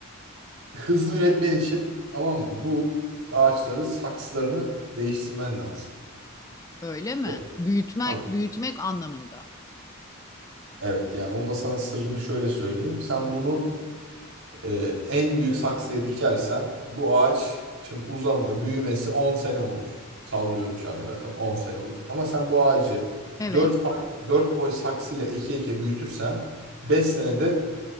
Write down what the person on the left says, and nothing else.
Öyle mi?
Büyütmek
büyütmek anlamında.
Evet.